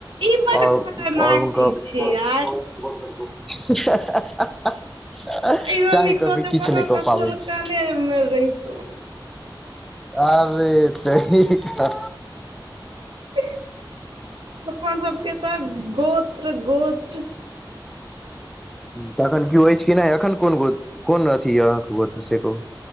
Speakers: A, on the right; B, in the centre.
A: ई बड
B: और
A: खतरनाक
B: और हुनकर
A: <inaudible>
B: <unintelligible>
A: एहिसँ
B: चाइह
A: नीक
B: कऽ
A: सोचब
B: भी किछु
A: ककरो
B: नहि कऽ
A: क
B: पाबै
A: सोलकने
B: छी।
A: मे रहितो
B: आरे तोरी के
A: अपना सबके तऽ गोत्र गोत्र
B: तऽ अखन कियो अछि कि नहि अखन कोन गो कोन अथी य अहाँ से गोत्र से कहू।